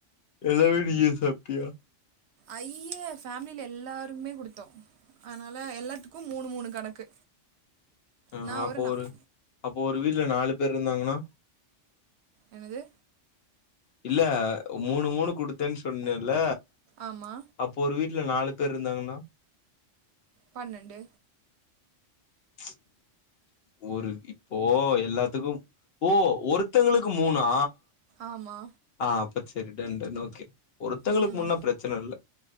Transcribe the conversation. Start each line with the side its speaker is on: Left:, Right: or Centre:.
Left: எல்லாமே நீயே சாப்டியா
Right: ஐயே ஃபேமிலில எல்லாருமே குடுத்தோ அதனால எல்லாத்துக்கும் மூணு மூணு கணக்கு
Left: அ ஆ
Right: நான்
Left: அப்போ
Right: நான்
Left: ஒரு அப்போ ஒரு வீட்ல நாலு பேர் இருந்தாங்கன்னா
Right: என்னது
Left: இல்ல மூணு மூணு குடுத்தன்னு சொன்னேல்ல
Right: ஆமா
Left: அப்போ ஒரு வீட்ல நாலு பேர்ருந்தாங்கன்னா
Right: பன்னண்டு
Left: <inaudible> ஒரு இப்போ எல்லாத்துக்கு ஓ ஒருத்தவங்களுக்கு மூணா
Right: ஆமா
Left: ஆ அப்ப சரி டன் டன் ஓகே ஒருத்தங்களுக்கு
Right: ம்
Left: முன்னா பிரச்சன இல்ல.